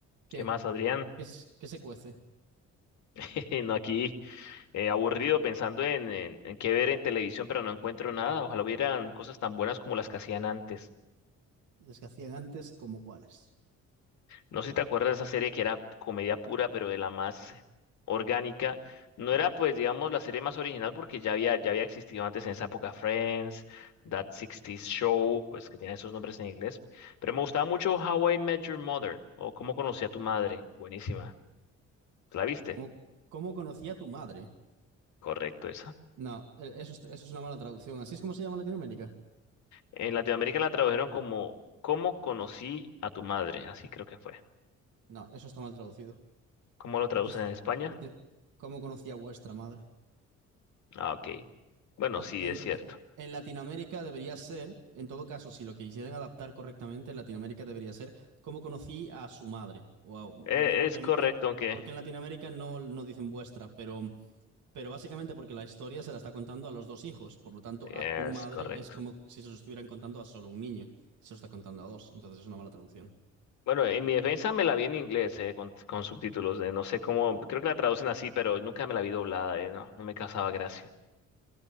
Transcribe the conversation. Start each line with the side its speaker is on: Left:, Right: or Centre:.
Right: ¿Qué?
Left: ¿Qué más, Adrián?
Right: ¿Qué, es- qué se cuece?
Left: <laughs> No, aquí eh, aburrido pensando en, en, en qué ver en televisión, pero no encuentro nada. Ojalá hubieran cosas tan buenas como las que hacían antes.
Right: Las que hacían antes, ¿como cuáles?
Left: No sé si te acuerdas de esa serie que era comedia pura, pero de la más orgánica. No era, pues, digamos, la serie más original porque ya había, ya había existido antes en esa época Friends, That 60s Show, pues que tiene esos nombres en inglés. Pero me gustaba mucho How I Met Your Mother o Cómo conocí a tu madre. Buenísima. ¿La viste?
Right: ¿Cómo, cómo conocía a tu madre?
Left: Correcto, esa.
Right: No, eh, eso, es- eso es una mala traducción. ¿Así es como se llama en Latinoamérica?
Left: En Latinoamérica la tradujeron como ¿Cómo conocí a tu madre? Así creo que fue.
Right: No, eso está mal traducido.
Left: ¿Cómo lo traducen
Right: Y te,
Left: en España?
Right: Y te- ¿Cómo conocía a vuestra madre?
Left: Ah, ok. Bueno,
Right: O
Left: sí,
Right: co- en,
Left: es cierto.
Right: eh, en Latinoamérica debería ser, en todo caso, si lo quisieran adaptar correctamente, en Latinoamérica debería ser cómo conocí a su madre. O a- bueno,
Left: Eh,
Right: porque
Left: es
Right: en,
Left: correcto,
Right: en-
Left: aunque
Right: porque en Latinoamérica no, no dicen vuestra, pero Pero básicamente porque la historia se la está contando a los dos hijos, por lo tanto
Left: es
Right: a tu madre
Left: correcto.
Right: es como si se lo estuvieran contando a solo un niño, y se lo está contando a dos, entonces es una mala traducción.
Left: Bueno, en mi defensa me la vi en inglés, eh, con, con subtítulos. eh, no sé cómo, creo que la traducen así, pero nunca me la vi doblada, eh, no, no me causaba gracia.